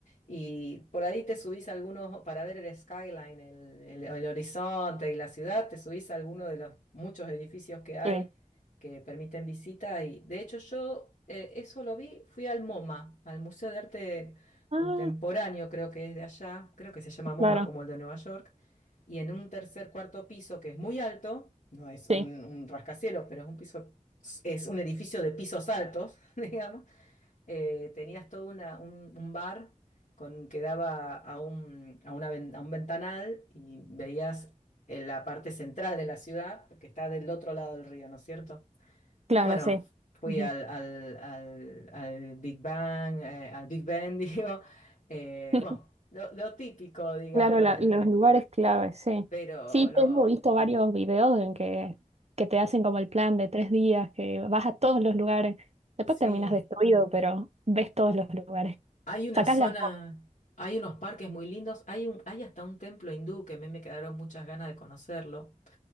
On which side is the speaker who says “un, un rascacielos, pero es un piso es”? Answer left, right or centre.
Left